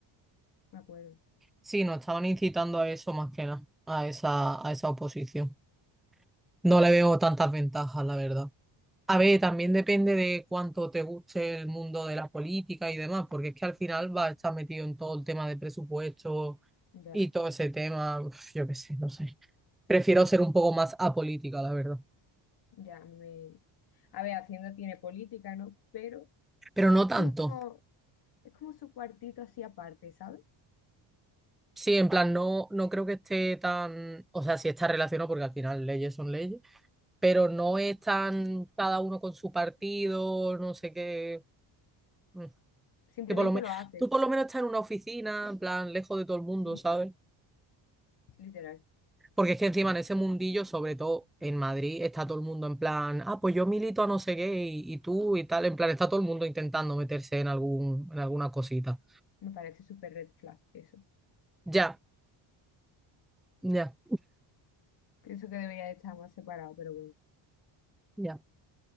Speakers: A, on the left (about 50°); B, in the centre.
A: me acuerdo.
B: Sí, nos estaban incitando a eso más que nada, a esa, a esa oposición. No
A: <laughs>
B: le veo tantas ventajas, la verdad. A ver, también depende de cuánto te guste el mundo de la política y demás, porque es que al final vas a estar metido en todo el tema de presupuesto
A: Ya,
B: y todo ese tema, uf, yo qué sé, no sé. Prefiero ser un poco más apolítica, la verdad.
A: ya me... A ver, Hacienda tiene política, ¿no? Pero
B: Pero no
A: es como,
B: tanto.
A: es como su cuartito así aparte, ¿sabes?
B: Sí, en plan, no, no creo que esté tan, o sea, sí está relacionado porque al final leyes son leyes, pero no es tan cada uno con su partido, no sé qué. mm,
A: Simplemente
B: Que por lo menos,
A: lo haces,
B: tú por lo menos estás en una oficina, en plan, lejos de todo el mundo,
A: sí,
B: ¿sabes?
A: literal.
B: Porque es que encima en ese mundillo, sobre todo en Madrid, está todo el mundo en plan, ah, pues yo milito a no sé qué y, y tú y tal, en plan, está todo el mundo intentando meterse en algún, en alguna cosita.
A: Me parece súper red flag eso.
B: Ya, ya,
A: Pienso que debería de estar más separado, pero bueno.
B: ya.